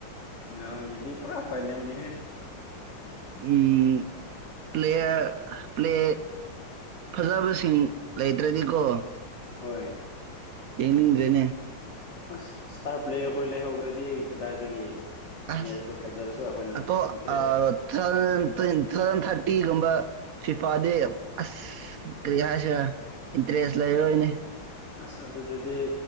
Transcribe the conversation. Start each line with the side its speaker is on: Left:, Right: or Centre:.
Left: ꯉꯔꯥꯡꯒꯤꯗꯤ ꯄꯨꯔꯥ ꯐꯥꯏꯅꯦꯜꯅꯤꯍꯦ
Right: ꯎꯝ ꯄ꯭ꯂꯦꯌꯔ ꯄ꯭ꯂꯦ ꯐꯖꯕꯁꯤꯡ ꯂꯩꯇ꯭ꯔꯗꯤꯀꯣ
Left: ꯍꯣꯏ
Right: ꯌꯦꯡꯅꯤꯡꯗ꯭ꯔꯦꯅꯦ
Left: ꯑꯁ ꯏꯁꯇꯥꯔ ꯄ꯭ꯂꯦꯌꯔ ꯈꫭꯏ ꯂꯩꯍꯧꯈ꯭ꯔꯗꯤ ꯀꯗꯥꯏꯗꯒꯤ
Right: ꯑꯁ
Left: ꯃꯦꯠꯁꯇꯨ ꯐꯖꯔꯁꯨ ꯑꯩꯈꯣꯏꯅ
Right: ꯑꯇꯣ
Left: ꯏꯟꯇꯔꯦꯁ
Right: ꯑ ꯊꯜꯇꯤꯟ ꯊꯜ ꯊꯥꯇꯤꯒꯨꯝꯕ ꯐꯤꯐꯥꯗꯤ ꯑꯁ ꯀꯔꯤꯍꯥꯏꯁꯦꯔꯥ ꯏꯟꯇ꯭ꯔꯦꯖ ꯂꯩꯔ ꯔꯣꯏꯅꯦ
Left: ꯑꯁ ꯑꯗꯨꯗꯗꯤ